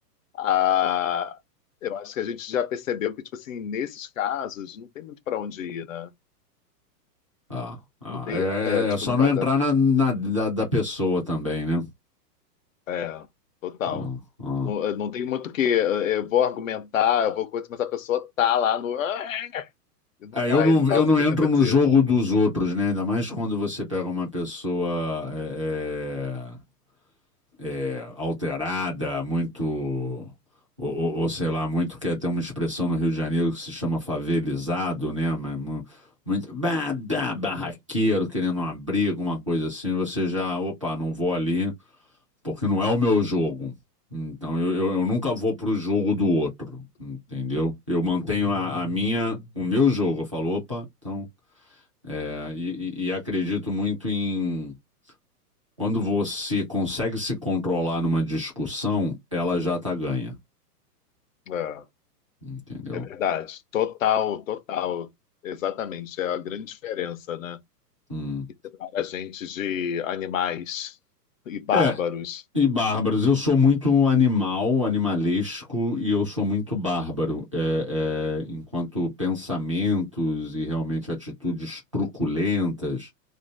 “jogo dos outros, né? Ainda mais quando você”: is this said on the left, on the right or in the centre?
Right